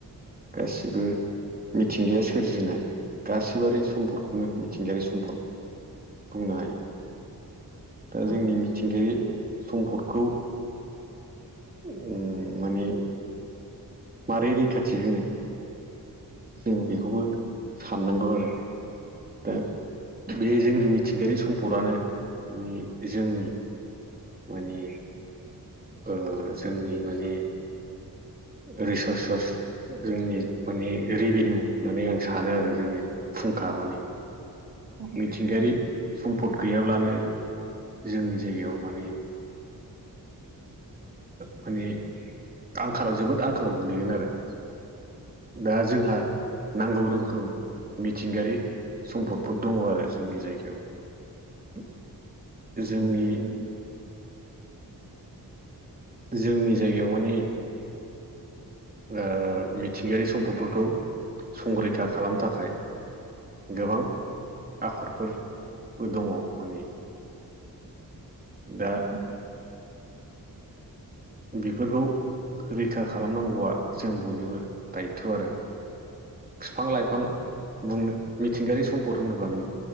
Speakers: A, on the right; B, on the right.
A: गासिबो मिथिंगाया सोरजिनाय गासिबोयारि सम्पदखौनो मिथिंगायारि सम्पद बुंनो हायो। दा
B: औ नोंथां
A: जोंनि मिथिंगायारि सम्पदखौ उम माने माबारै रैखाथि होनो जों बेखौबो
B: औ नोंथां
A: साननांगौ आरो। <unintelligible> बे जोंनि मिथिंगायारि सम्पदानो बे जोंनि माने ओ जोंनि माने रिसर्ससर्स जोंनि माने रेभिनिउ होननानै आं सानो आरो जोंनि फुंखा माने
B: औ नोंथां
A: मिथिंगायारि सम्पद गैयाब्लानो जोंनि जायगायाव माने माने आंखालाव जोबोद आंखालाव गोलैगोन आरो। दा जोंहा नांगौ रोखोम मिथिंगायारि सम्फदफोर दङ आरो जोंनि जायगायाव। <inaudible> जोंनि
B: औ नोंथां।
A: जोंनि जायगायाव माने ओ मिथिंगायारि सम्पदफोरखौ संरैखा खालामनो थाखाय गोबां आफादफोरबो दङ माने दा
B: अ'
A: बेफोरखौ रैखा खालामनांगौआ जों बयनिबो दायथ' आरो। बिफां - लाइफां बुंनो मिथिंगायारि सम्पद होनोब्ला